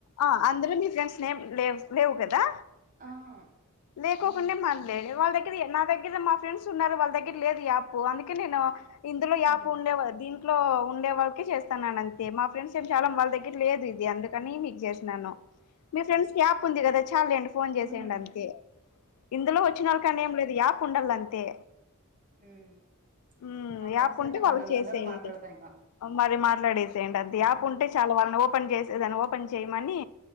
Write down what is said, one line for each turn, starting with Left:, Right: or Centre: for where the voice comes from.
Left: ఆ అందులో నీ ఫ్రెండ్స్ నేం లేవ్ లేవు కదా
Right: ఆహా
Left: లే కోకుండే మన్లే వాళ్ దగ్గర నా దగ్గర మా ఫ్రెండ్స్ ఉన్నారు వాళ్ దగ్గర లేదు ఈ యాప్ అందుకే నేను ఇందులో యాప్
Right: ఉమ్
Left: ఉండేవారు దీనికి ఇంట్లో ఉండే వాళ్ళకే చేస్తన్నాన్నంతే. మా ఫ్రెండ్స్ <unintelligible> చాలా వాళ్ళ దగ్గర లేదిదీ అందుకని నీక్ చేసినాను మీ ఫ్రెండ్స్కి యాప్ ఉంది గదా చాళ్ళేండి ఫోన్ చేసెయ్యండంతే.
Right: ఉంది ఉంది
Left: ఇందులో వచ్చి నొళ్ళ కనేం లేదు యాప్ ఉండల్ల అంతే.
Right: హ్మ్మ్
Left: మ్మ్
Right: మా ఫ్రెండ్స్
Left: యాప్ ఉంటే
Right: అయితే
Left: వాళ్ళకి
Right: గంటల
Left: చేసేయండి
Right: గంటలు మాట్లాడతా ఇంగ.
Left: మరి మాట్లాడేసేయండి అంతే యాప్ ఉంటే చాలు వాళ్ళని ఓపెన్ చేసి దాన్ని ఓపెన్ చేయమని